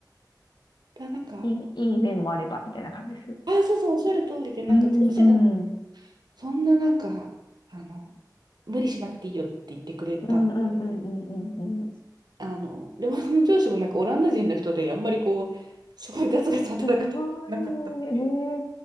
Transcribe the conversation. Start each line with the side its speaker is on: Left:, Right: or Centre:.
Right: だなんか、
Left: いい、いい面もあれば、みたいな感じです。
Right: あ、そうそう、おっしゃる通りで、なんか上司が
Left: うん、うん、うん、
Right: そんななんか、あの、無理しなくていいよって言ってくれたので、
Left: うん、うん、うん、うんうん。
Right: あの、レモンの上司もなんかオランダ人の人で、あんまりこう、すごいガツガツ働くタイプじゃなかったってい
Left: すごい、え